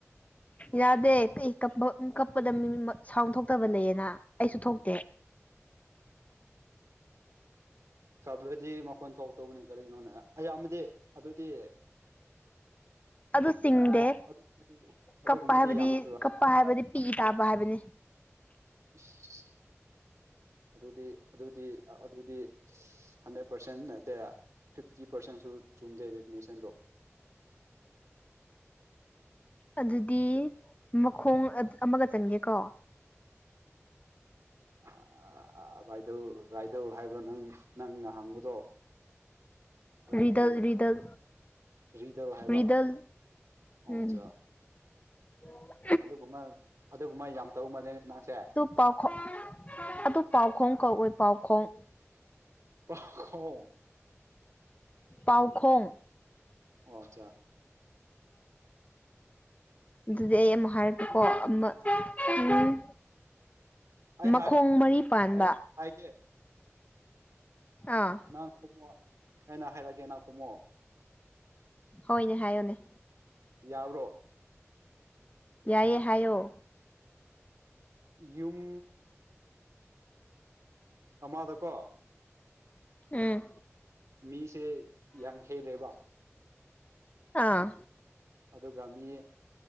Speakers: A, on the left; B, on the right.
A: ꯌꯥꯗꯦ ꯀ ꯀꯄ ꯀꯞꯄꯗ ꯃꯤ ꯁꯥꯎꯊꯣꯛꯄ ꯊꯣꯛꯇꯕ ꯂꯩꯌꯦꯅ ꯑꯩꯁꯨ ꯊꯣꯛꯇꯦ
B: ꯁꯥꯎꯔꯗꯤ ꯃꯈꯣꯟ ꯊꯣꯛꯇꯧꯕꯅꯤ ꯀꯔꯤꯅꯣꯅꯦ ꯑꯌꯥꯝꯕꯗꯤ ꯑꯗꯨꯗꯤ
A: ꯑꯗꯨ ꯆꯤꯡꯗꯦ
B: ꯑꯗꯨ ꯑꯗꯨꯗꯤ ꯑꯗꯨꯒꯨꯝꯕꯗꯤ
A: ꯀꯞꯄ ꯍꯥꯏꯕꯗꯤ
B: ꯌꯥꯝꯗꯦꯕ
A: ꯀꯞꯄ ꯍꯥꯏꯕꯗꯤ ꯄꯤ ꯇꯥꯕ ꯍꯥꯏꯕꯅꯤ
B: <unintelligible> ꯑꯗꯨꯗꯤ ꯑꯗꯨꯗꯤ ꯑꯗꯨꯗꯤ ꯍꯟꯗ꯭ꯔꯦꯠ ꯄꯥꯔꯁꯦꯟ ꯅꯠꯇꯦ ꯐꯤꯐꯇꯤ ꯄꯥꯔꯁꯦꯟꯁꯨ ꯆꯨꯝꯗꯦ ꯗꯦꯐꯤꯅꯤꯁꯟꯗꯣ
A: ꯑꯗꯨꯗꯤ ꯃꯈꯣꯡ ꯑꯃꯒ ꯆꯟꯒꯦꯀꯣ
B: ꯑꯥ ꯔꯥꯏꯗꯜ ꯔꯥꯏꯗꯜ ꯍꯥꯏꯕ꯭ꯔꯣ ꯅꯪ ꯅꯪꯅ ꯍꯪꯕꯗꯣ ꯍꯥꯏꯗꯜ
A: ꯔꯤꯗꯜ ꯔꯤꯗꯜ
B: ꯔꯤꯗꯜ ꯍꯥꯏꯕ
A: ꯔꯤꯗꯜ
B: ꯑꯆꯥ
A: ꯎꯝ <unintelligible>
B: ꯑꯗꯨꯒꯨꯝꯕ ꯑꯗꯨꯒꯨꯝꯕ ꯌꯥꯝ ꯇꯧ ꯃꯜꯂꯦꯅꯦ ꯅꯪꯁꯦ
A: ꯄꯥꯎꯈꯣꯡ ꯑꯗꯨ ꯄꯥꯎꯈꯣꯡ ꯀꯧꯋꯦ ꯄꯥꯎꯈꯣꯡ
B: ꯄꯥꯎꯈꯣꯡ
A: ꯄꯥꯎꯈꯣꯡ
B: ꯑꯣ ꯑꯆꯥ
A: ꯑꯗꯨꯗꯤ ꯑꯩ ꯑꯃ ꯍꯥꯏꯔꯛꯀꯦꯀꯣ ꯑꯃ ꯎꯝ
B: ꯑꯩ
A: ꯃꯈꯣꯡ
B: ꯍꯥꯏ
A: ꯃꯔꯤ ꯄꯥꯟꯕ
B: ꯍꯥꯏ ꯍꯥꯏꯒꯦ
A: ꯑꯥ
B: ꯅꯪ ꯈꯨꯝꯃꯣ ꯑꯩꯅ ꯍꯥꯏꯔꯛꯑꯒꯦ ꯅꯪ ꯈꯨꯝꯃꯣ
A: ꯍꯣꯏꯅꯦ ꯍꯥꯏꯌꯣꯅꯦ
B: ꯌꯥꯕ꯭ꯔꯣ
A: ꯌꯥꯏꯌꯦ ꯍꯥꯏꯌꯣ
B: ꯌꯨꯝ ꯑꯃꯗꯀꯣ
A: ꯎꯝ
B: ꯃꯤꯁꯦ ꯌꯥꯡꯈꯩꯅꯦꯕ
A: ꯑꯥ
B: ꯑꯗꯨꯒ ꯃꯤ